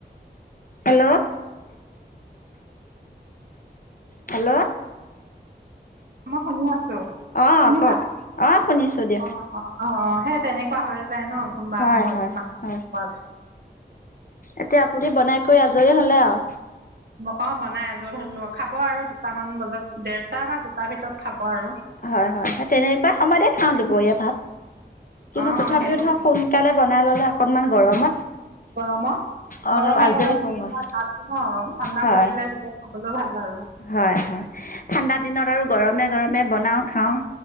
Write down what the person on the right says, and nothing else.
মই শুনি আছো,
শুনিছা?
অ, অ, সেই তেনেকুৱা হৈ যায় ন কোনোবা
সময়ত।
মক বনাই আযোৰ হল খাব আৰু দুটামান বজাত দেৰটা বা দুটাৰ ভিতৰত খাব। আৰু
অ
সেইটো
গৰমত।
গৰমে-গৰমে
তেতিয়া
তাতো ন ঠাণ্ডা
পৰিলে তেতিয়া খাবলৈ ভাল। আৰু